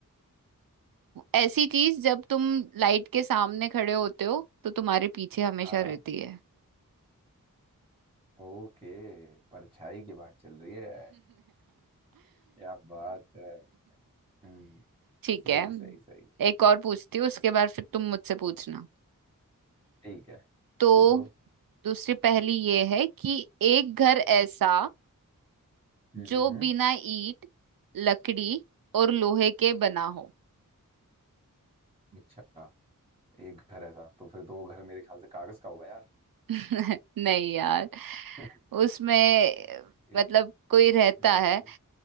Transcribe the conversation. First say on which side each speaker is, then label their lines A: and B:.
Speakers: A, on the right; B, on the right.
A: ऐसी चीज जब तुम लाइट के सामने खड़े होते हो तो तुम्हारे पीछे हमेशा
B: हाँ
A: रहती है
B: ओके परछाई की बात चल रही है क्या बात है हम्म,
A: ठीक
B: सही
A: है
B: सही सही
A: एक और पूछती हूँ उसके बाद फिर तुम मुझसे पूछना
B: ठीक है
A: तो
B: पूछो
A: दूसरी पहेली ये है कि एक घर ऐसा
B: हम्म
A: जो बिना ईंट लकड़ी और लोहे के बना हो
B: अच्छा एक घर ऐसा तो फिर तो वो घर मेरे ख्याल से कागज का होगा यार
A: <laughs> नहीं यार
B: <laughs>
A: उसमें मतलब
B: एक
A: कोई रहता
B: हम्म
A: है